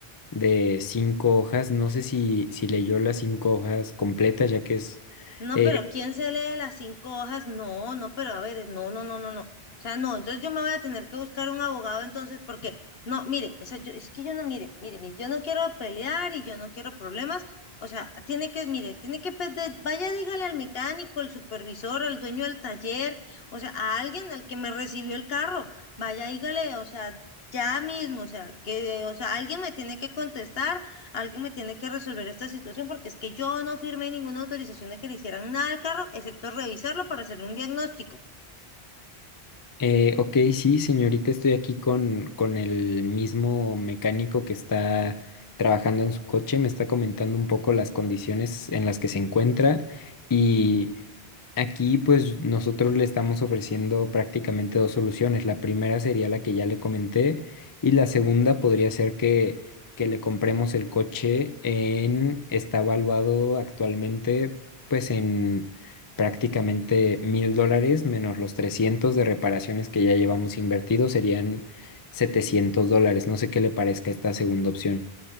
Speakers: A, on the left (about 25°); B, on the left (about 70°).
A: de cinco hojas. No sé si, si leyó las cinco hojas completas, ya que es...
B: No,
A: eh,
B: pero ¿quién se lee las cinco hojas? No, no, pero a ver, no, no, no, no, no. O sea, no, entonces yo me voy a tener que buscar un abogado entonces porque, no, mire, o sea, yo, es que yo no, mire, mire, mire, yo no quiero pelear y yo no quiero problemas. O sea, tiene que, mire, tiene que, pe- de- vaya, dígale al mecánico, al supervisor, al dueño del taller, o sea, a alguien al que me recibió el carro, vaya, dígale, o sea, ya mismo, o sea, que, o sea, alguien me tiene que contestar alguien me tiene que resolver esta situación porque es que yo no firmé ninguna autorización de que le hicieran nada al carro, excepto revisarlo para hacer un diagnóstico.
A: Eh, ok, sí, señorita, estoy aquí con, con el mismo mecánico que está trabajando en su coche. Me está comentando un poco las condiciones en las que se encuentra y aquí pues nosotros le estamos ofreciendo prácticamente dos soluciones. La primera sería la que ya le comenté y la segunda podría ser que, que le compremos el coche en, está evaluado actualmente pues en prácticamente mil dólares menos los 300 de reparaciones que ya llevamos invertidos serían 700 dólares. No sé qué le parezca esta segunda opción.